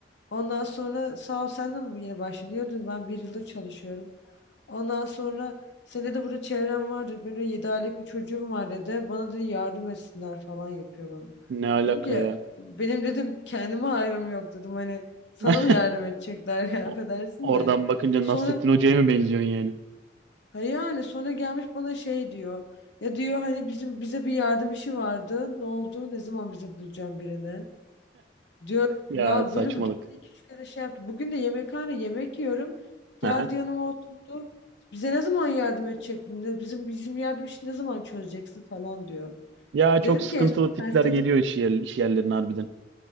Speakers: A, on the left; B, on the right.
A: Ondan sonra sağ ol sen de mi yeni başladın? Diyordun ben bir yıldır çalışıyorum. Ondan sonra senin de burada çevren vardır. Böyle 7 aylık bir çocuğum var dedi. Bana dedi yardım etsinler falan yapıyor bana.
B: Ne alaka
A: Dedim ki
B: ya?
A: benim dedim kendime hayrım yok dedim. Hani sana
B: <laughs>
A: mı yardım edecekler <laughs> ya
B: O-
A: affedersin
B: Oradan
A: de.
B: bakınca
A: Sonra
B: Nasrettin Hoca'ya mı benziyorsun yani?
A: ha yani sonra gelmiş bana şey diyor. Ya diyor hani bizim bize bir yardım işi vardı. Ne oldu? Ne zaman bize bulacağım birini? Diyor
B: Ya
A: ya
B: saçmalık.
A: böyle bir geldi iki üç kere şey yaptı. Bugün de yemekhane yemek yiyorum. Geldi
B: Aha.
A: yanıma oturdu. Bize ne zaman yardım edecek? Ne- Bizim bizim yardım işini ne zaman çözeceksin falan diyor.
B: Ya
A: Dedim
B: çok sıkıntılı
A: ki en son
B: tipler
A: tersledim.
B: geliyor iş, yer, iş yerlerine harbiden.